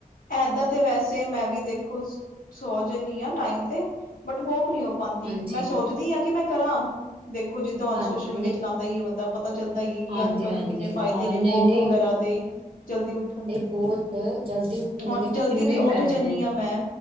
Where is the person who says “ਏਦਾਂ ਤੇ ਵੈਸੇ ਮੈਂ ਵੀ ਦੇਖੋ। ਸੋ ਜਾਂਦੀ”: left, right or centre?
Left